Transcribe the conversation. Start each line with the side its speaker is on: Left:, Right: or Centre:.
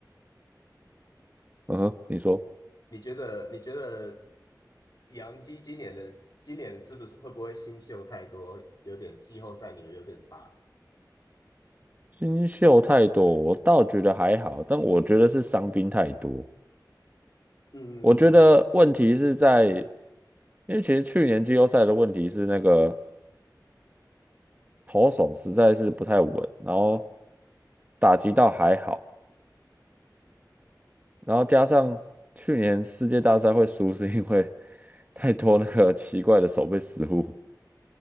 Right: 嗯哼，你说
Left: 你觉得你觉得杨基今年的今年是不是会不会新秀太多，有点季后赛你有点怕？
Right: 新秀太多，我倒觉得还好，但我觉得是伤兵太多。
Left: 嗯，
Right: 我觉得问题是在，因为其实去年季后赛的问题是那个投手实在是不太稳，然后打击倒还好，然后加上去年世界大赛会输，是因为 <laughs> 太多那个奇怪的手背失误，